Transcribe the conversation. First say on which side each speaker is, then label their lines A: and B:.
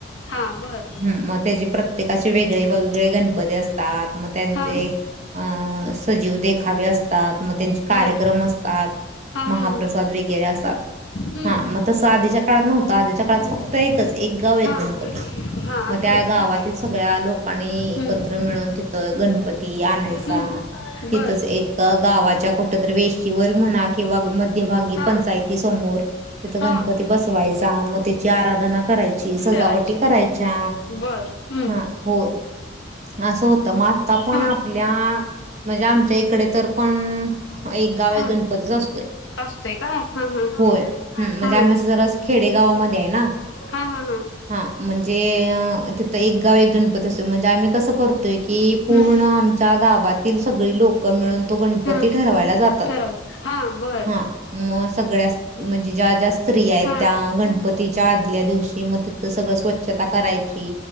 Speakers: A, on the left; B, on the right.
A: हा बर
B: ह मग त्याची प्रत्येकाचे वेगळे वेगळे गणपती असतात. मग त्यांचे
A: हा
B: अं सजीव देखावे असतात मग त्यांचे कार्यक्रम
A: बर
B: असतात.
A: हा
B: महाप्रसाद
A: हा हा
B: वगैरे असतात
A: हम्म
B: हा मग तसं आधीच्या काळात नव्हतं आधीच्या काळात
A: नव्हता
B: फक्त तर एकच एक गाव एक
A: हा
B: गणपती
A: हा
B: मग
A: असं
B: त्या
A: होतं
B: गावातील
A: काय
B: सगळ्या लोकांनी एकत्र
A: हम्म
B: मिळून तिथ गणपती आणायचा
A: हम्म
B: तिथच
A: बर
B: एक गावाच्या कुठ वेची वर्ग म्ह ि मभी
A: हा
B: पंचाती समो तथ
A: हा
B: गणपती बसय मग आराधना करायची सजावटी
A: करायची
B: करायच्या
A: बर हम्म
B: हा होय असं होत तर मग आता पण
A: हा
B: आपल्या म्हणजे आमच्या इकडे तर पण एक गाव एक
A: हा
B: गणपतीच असतोय
A: असतोय का हा हा
B: होय ह म्हणजे
A: हा
B: आम्ही असं जरा खेडेगावामध्ये आहे ना
A: हा हा हा
B: हा म्हणजे तिथं एक गाव एक गणपती असत म्हणजे आम्ही कसं करतोय की पूर्ण
A: हम्म
B: आमच्या गावातील सगळी लोकं मिळून तो गणपती
A: हा
B: ठरवायला जातात
A: ठरव हा बर
B: हा मग सगळ्या म्हणजे ज्या ज्या स्त्री आहेत
A: हा
B: त्या गणपतीच्या ल्या दिवशी मग तिथ सगळं स्वच्छता करायची